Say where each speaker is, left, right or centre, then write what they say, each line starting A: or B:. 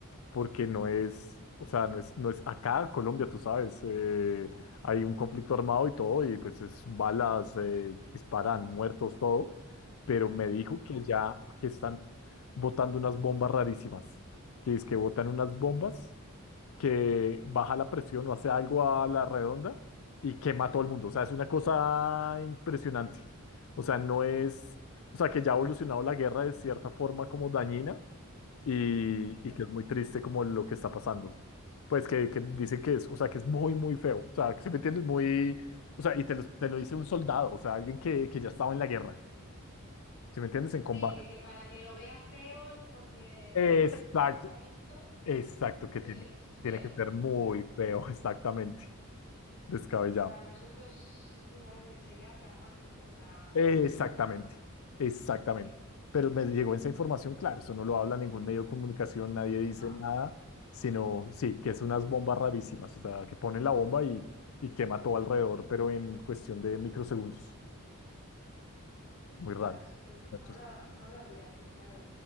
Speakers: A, on the left; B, on the left.
A: porque no es, o sea, no es, no es acá en Colombia, tú sabes, eh, hay un conflicto armado y todo, y pues es balas, eh, disparan, muertos, todo, pero me dijo
B: Ajá.
A: que ya que están botando unas bombas rarísimas, que es que botan unas bombas que baja la presión o hace algo a la redonda y quema a todo el mundo, o sea, es una cosa impresionante, o sea, no es, o sea, que ya ha evolucionado la guerra de cierta forma como dañina y,
B: Sí.
A: y que es muy triste como lo que está pasando. Pues que, que dice que es, o sea, que es muy, muy feo. O sea, que si me entiendes, muy, o sea, y te lo, te lo dice un soldado, o sea, alguien que, que ya estaba en la guerra, si me entiendes, en combate.
B: Sí, que, que para que lo vea feo es porque
A: Exacto,
B: dentro de todo lo que ha visto
A: exacto, que
B: eh,
A: tiene,
B: es feo.
A: tiene que
B: O
A: ser muy
B: sea que...
A: feo, <laughs> exactamente, descabellado.
B: que para nosotros quizás se- sería traumático, o sea,
A: Exactamente, exactamente.
B: sí,
A: Pero me llegó esa información, claro, eso no lo habla ningún medio de comunicación, nadie dice
B: no,
A: nada, sino, sí, que es unas bombas rarísimas, o sea, que ponen la bomba y, y quema todo alrededor, pero en cuestión de microsegundos. Muy raro.
B: tras, pues no
A: Entonces,
B: lo, no lo había escuchado,